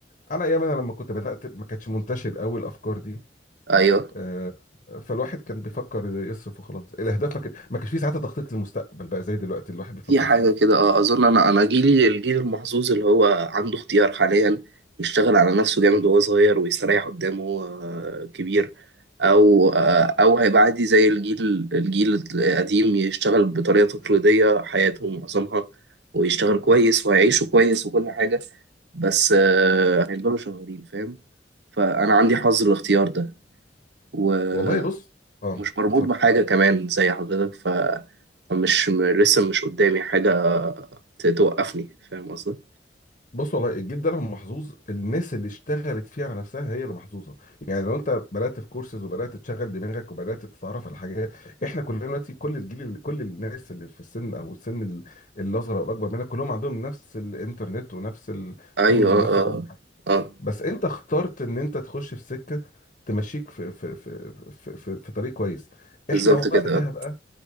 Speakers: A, on the left; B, on the right.
A: انا ايام انا لما كنت بدات ما كانتش منتشر قوي الافكار دي
B: ايوه
A: آه، فالواحد كان بيفكر يصرف وخلاص الاهداف ما كان- ما كانش فيه ساعتها تخطيط للمستقبل بقى زي دلوقتي الواحد بيفكر
B: في حاجة
A: فيه
B: كده اه أظن أنا أنا جيلي الجيل المحظوظ اللي هو عنده اختيار حاليا يشتغل على نفسه جامد وهو صغير ويستريح قدامه آه، كبير أو آه، أو هيبقى عادي زي الجيل الجيل القديم يشتغل بطريقة تقليدية حياته معظمها ويشتغل كويس وهيعيشوا كويس وكل حاجة بس آه، هيفضلوا شغالين فاهم فأنا عندي حظ الاختيار ده
A: والله بص اه
B: مش مربوط
A: اتفضل
B: بحاجة كمان زي حضرتك ف مش م- لسه مش قدامي حاجة ت- توقفني فاهم قصدي؟
A: بص والله الجيل ده لما محظوظ الناس اللي اشتغلت فيه على نفسها هي اللي محظوظه يعني لو انت بدات في كورسز وبدات تشغل دماغك وبدات تتعرف على حاجات احنا كلنا دلوقتي كل الجيل اللي- كل الناس اللي في السن او السن ال- الاصغر او الاكبر منك كلهم عندهم نفس الانترنت ونفس التولز
B: أيوه اه
A: ونفس كل حاجه
B: اه اه
A: بس انت اخترت ان انت تخش في سكه تمشيك في في في في, في, في طريق كويس
B: بالظبط
A: احنا وقتها
B: كده اه
A: بقى